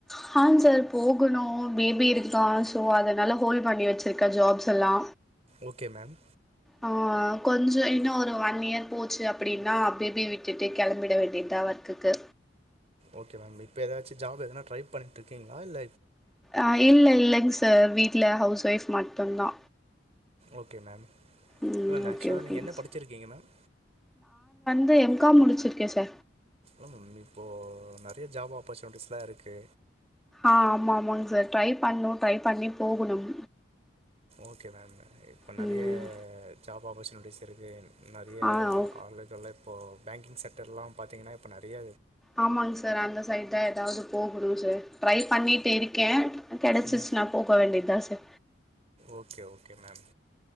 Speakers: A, in the centre; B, on the right.
A: ஹ சார் போகணு பேபி இருக்கான் சோ அதனால ஹோல்ட் பண்ணி வச்சிருக்க ஜாப்ஸ் எல்லா
B: ஓகே மேம்
A: ஆ கொஞ்ச இன்னும் ஒரு ஒன் இயர் போச்சு அப்படின்னா பேபிய விட்டுட்டு கிளம்பிட வேண்டியதுதா ஒர்க்குக்கு
B: ஓகே மேம் இப்ப ஏதாச்சும் ஜாப் எதனா ட்ரை பண்ணிட்டு இருக்கீங்களா இல்ல
A: ஆ இல்ல இல்லங் சார் வீ ட்ல ஹவுஸ் ஒய்ஃப் மட்டுந்தா
B: ஓகே மேம்
A: ம்
B: இல்ல இந்த
A: ஓகே
B: ஏக்சுலா
A: ஓகேங்க
B: நீங்க என்ன
A: சார்
B: படிச்சிருக்கீங்க மேம்
A: ந்து எம் காம் முடிச்சிருக்கே சா
B: ஆ மேம் இப்போ நறைய ஜாப் ஆப்பர்ச்சுனிட்டிஸ்லா இருக்கு
A: ஆ ஆமா ஆமாங் சார் ட்ரை பண்ணு ட்ரை பண்ணி போகணும்
B: ஓகே மேம் இப்ப நறைய
A: ம்
B: ஜாப் ஆப்பர்ச்சுனிட்டிஸ் நறைய
A: ஆ ஓ
B: ஆளுகளைப் ப்போ பேங்கிங் செக்டர்லா பாத்திங்கன்னா இப்போ நறைய
A: ஆமாங் சார் அந்த சைட் தா எதாவ்து போகணு சார் ட்ரை பண்ணிட்டு இருக்கே கெடச்சிச்னா
B: ம்
A: போக வேண்டி தா சா
B: ஓகே ஓகே மேம்